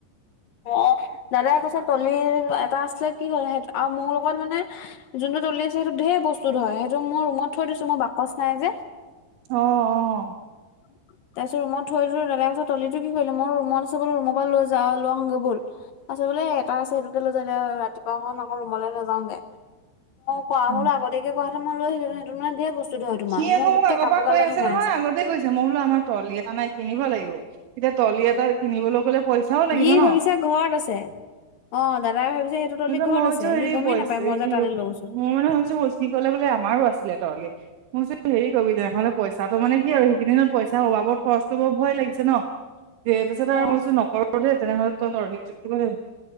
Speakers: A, on the left (about 70°); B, on the right (about 85°).
A: অ দাদাই কৈছে তলিৰ এটা আছিলে কি হল সে আৰু মোৰ লগত মানে যোনটো তলি আছে সেইটো ঢেৰ বস্তু ধৰে। সেইটো মোৰ ৰুমত থৈ দিছো, মোৰ বাকচ নাই যে।
B: অ, অ
A: <unintelligible> তাৰপিছত ৰুমত থৈ দিওঁ দাদাই কৈছে তলিটো কি কৰিলে? মোৰ ৰুমত আছে বোলো ৰুমৰ পৰা লৈ যা, লওঁ আহোগে বল। পাছত বোলে এটা আছে সেইটোকে লৈ যা। এতিয়া ৰাতিপুৱাখন আকৌ ৰুমলৈ নাযাওগে। কোৱা
B: উম।
A: হ'লে আগতিয়াকে কোৱা হেঁতেন মই লৈ আহিলিহেঁতেন। সেইটো মানে ঢেৰ বস্তু। ধৰে তোমাৰ
B: সি
A: মোৰ
B: আকৌ
A: গোটেই
B: মোক আগৰ
A: কাপোৰ
B: পৰা
A: গাল
B: কৈ
A: তাত
B: আছে
A: সোমাই
B: নহয়। আগতে গৈছে। মই বোলো আমাৰ ট্ৰলি এটা নাই, কিনিব লাগিব। এতিয়া ট্ৰলি এটা কিনিবলৈ গ'লে পইচাও লাগিব
A: সি
B: ন
A: ভাবিছে ঘৰত আছে। অ, দাদাই ভাবিছে সেইটো ট্ৰলি
B: তাৰপিছত
A: ঘৰত
B: মই ভাবিছো
A: আছে।
B: হেৰি
A: সি গমেই
B: পইচা
A: নাপায় মই যে
B: কি
A: তাত লৈ গৈছোঁ।
B: মই মানে ভাবিছো সি কলে বোলে আমাৰো আছিলে ট্ৰলী। মোৰ যে হেৰি কৰিবি, তেনেহ'লে পইচাটো মানে কি হয় আৰু সেইকেইদিনত পইচাৰ অভাৱত খৰচটো কৰিব ভয় লাগিছে ন। দিয়ে তাৰপিছত আৰু
A: অ
B: মই কৈছো নকৰো দেই তেনেহলে তই